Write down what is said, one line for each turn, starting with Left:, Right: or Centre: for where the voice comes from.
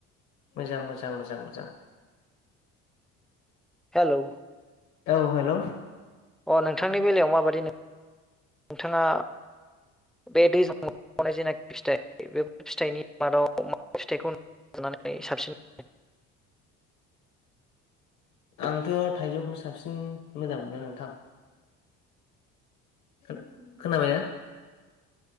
Left: मोजां मोजां मोजां मोजां
Centre: हेल'
Left: औ हेल'
Centre: अ नोंथांनि बेलायाव माबायदि नोंथाङा बे दैज्लां <unintelligible> जेनाखि फिथाइ बेफोर फिथाइनि मादाव मा फिथाइखौ <unintelligible> <unintelligible> साबसिन
Left: आंथ' थाइजौखौनो साबसिन मोजां मोनो नोंथां। खोनाबायना?